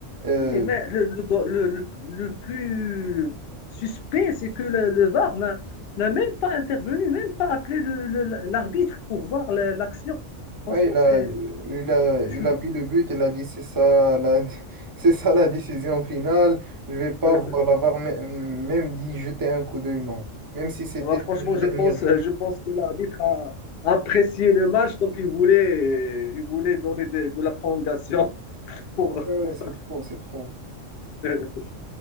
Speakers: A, on the right (about 35°); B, on the left (about 60°).
A: Euh,
B: Oui, mais le, le, le, le- le plus suspect, c'est que le, le VAR n'a n'a même pas intervenu, même pas appelé le- le- l'arbitre pour voir la- l'action.
A: Ouais,
B: Franchement,
A: il a,
B: c'est
A: il a,
B: c'est
A: il
B: chelou.
A: a vu le but, il a dit c'est ça la, <laughs> c'est ça la décision finale, je vais pas
B: <laughs>
A: voir la VAR, mê- même dit jeter un coup d'œil, non. Même si c'était
B: Ah bah, franchement,
A: la
B: je
A: dernière
B: pense,
A: minute.
B: je pense que l'arbitre a apprécié le match, donc il voulait, il voulait donner de, de la prolongation <laughs> pour,
A: Ouais, ouais, ouais,
B: pour
A: c'est
B: ça.
A: trop, c'est trop.
B: peut-être. <laughs>